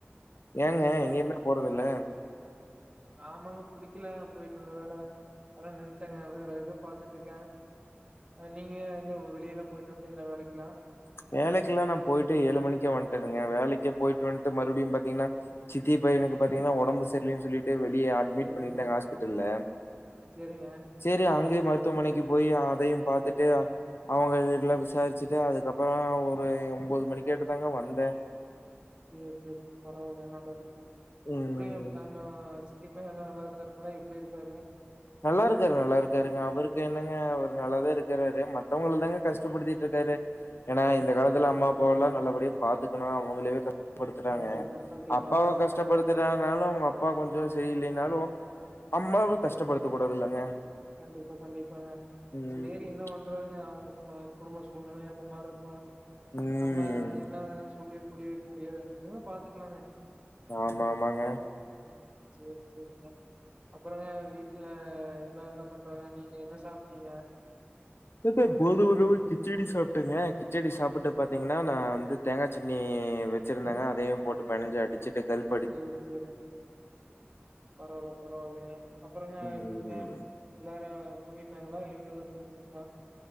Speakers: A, on the left; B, on the right.
A: ஏங்க எங்கேயுமே போறது இல்ல
B: ஆமாங்க புடிக்கல போயிட்டு இருந்த வேல அதா நின்ட்டேங்க வேற எத பாத்துட்டு இருக்கே நீங்க எங்க வெளியிலா போயிட்டு வந்ட்டீங்களா வேலைக்கலா
A: வேலைக்கெல்லா நா போயிட்டு ஏழு மணிக்கே வந்ட்டேனூங்க வேலைக்கே போயிட்டு வந்ட்டு மறுபடியூ பாத்தீங்கன்னா சித்தி பையனுக்கு பாத்தீங்கன்னா ஒடம்பு சரியில்லன்னு சொல்லிட்டு வெளியே ஆட் அட்மிட்
B: சேரிங்க
A: பண்ணிருந்தாங்க ஹாஸ்பிட்டல்ல
B: சேரிங்க
A: சேரி அங்கயே மருத்துவமனைக்கு போய் அதையு பாத்துட்டு அ அவுங்க வீடுலா விசாரிச்சிட்டு அது அப்பறோ ஒரு ஒம்போது மணிக்காட்டோ தாங்க வந்தே
B: சேர் சேரிங்க பரவால்ல நல்லதுங்க
A: ம்.
B: எப்படிங்க <unintelligible> இப்பயூ எல்லா நல்லா இருக்காருங்களா எப்படி இருக்காரு
A: நல்லா இருக்காரு நல்லா இருக்காருங்க அவருக்கு என்னங்க அவர் நல்லாதா இருக்கறாரு மத்தவங்கள தாங்க கஷ்டப்படுத்திட்ருக்காரு ஏன்னா இந்த காலத்துல அம்மா
B: அது
A: அப்பாவல்லா
B: ஒரு
A: நல்லபடியா பாத்துக்கணு அவங்களே க படுத்துறாங்க
B: கண்டிப்பா கண்டிப்பாங்க
A: அப்பாவு
B: ஆமாங்க
A: கஷ்டப்படு றனாலு அவுங்க அப்பா கொஞ்சோ செரியில்லனாலு அம்மாவு கஷ்டப்படுத்த கூடாதுல்லங்க
B: கண்டிப்பா கண்டிப்பாங்க
A: ம்
B: சேரி என்ன பண் றதுங்க அவங் கோ குடும்ப சூழ்நிலை அந்த மார்ருக்கு
A: ம்
B: நம்ம என்னாங்கசொல்லி புரிய வெக் முடியாது விடுங்க பாத்துக்கலாங்க
A: ஆமா ஆமாங்க
B: ம் சேர் சேரிங்க அப்பறோங்க வீட்டுல எல்லா என்ன பண்றாங்க நீங்க என்ன சாப்ட்டீங்க
A: இப்ப கோதும ரவ கிச்சடி சாப்ட்டங்க கிச்சடி சாப்பட்டு பாத்திங்கன்னா நா வந்து தேங்கா சட்னி வெச்சிருந்தாங்க அதையூ போட்டு பெனாஞ்சு அடிச்சிட்டு கள்
B: சேர் சேரிங் பரவால்ல பரவால்லிங்க அப்பறங்க
A: ம்
B: வீட்ல எல்லாரு தூங்கிட்டாங்களா இல்ல இனிமேல் தா தூங்கணுங்களா